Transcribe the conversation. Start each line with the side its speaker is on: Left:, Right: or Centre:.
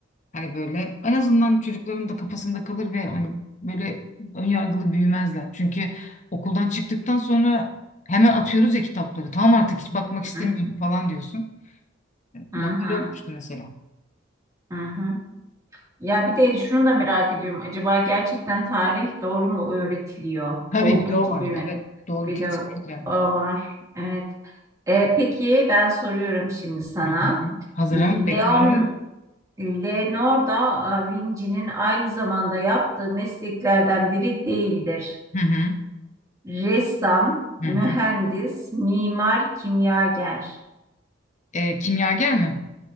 Left: Hani böyle en azından çocukların da kafasında kalır ve hani böyle önyargılı büyümezler. Çünkü okuldan çıktıktan sonra hemen atıyoruz ya kitapları. Tamam artık hiç bakmak istemiyorum
Right: Hı
Left: falan diyorsun.
Right: hı.
Left: Bak öyle olmuştu mesela.
Right: Hı hı. Ya bir de şunu da merak ediyorum. Acaba gerçekten tarih doğru mu öğretiliyor?
Left: Tabii
Right: Olduğu
Left: bir de
Right: gibi
Left: o var.
Right: mi?
Left: Evet doğru
Right: Bir
Left: kesinlikle.
Right: de o var. Evet. E, peki ben soruyorum şimdi sana.
Left: Hı hı. Hazırım
Right: Leon
Left: bekliyorum.
Right: Leonardo da Vinci'nin aynı zamanda yaptığı mesleklerden biri değildir.
Left: Hı hı.
Right: Ressam,
Left: Hı
Right: mühendis,
Left: hı.
Right: mimar, kimyager.
Left: Ee, kimyager mi?